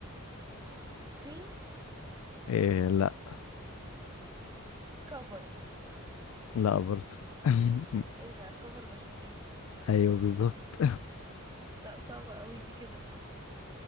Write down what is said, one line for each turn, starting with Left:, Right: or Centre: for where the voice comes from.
Right: سكرين
Left: إيه لا
Right: كفر
Left: لا برضه <laughs>
Right: ايه ده كفر بشتريه
Left: ايوه بالظبط
Right: لا صعبة قوي دي كده